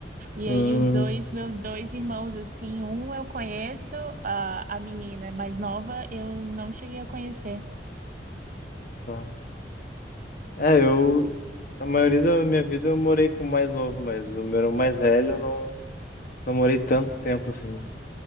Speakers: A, on the right; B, on the left.
A: E
B: Hum,
A: aí os dois, meus dois irmãos, assim, um eu conheço, a, a menina mais nova eu não cheguei a conhecer.
B: pá. É, eu. A maioria da minha vida eu morei com o mais novo, mas o meu irmão mais velho eu não, não morei tanto tempo assim.